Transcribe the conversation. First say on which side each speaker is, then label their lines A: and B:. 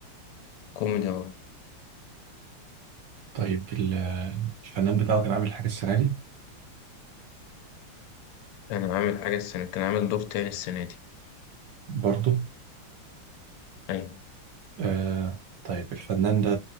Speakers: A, on the left (about 85°); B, on the right (about 60°).
A: كوميدي أهو
B: طيب ال- الفنان بتاعه كان عامل حاجة السنة دي
A: أنا عامل حاجة السنة كان عامل دور تاني السنة دي
B: برضه
A: أيوة
B: آه طيب الفنان ده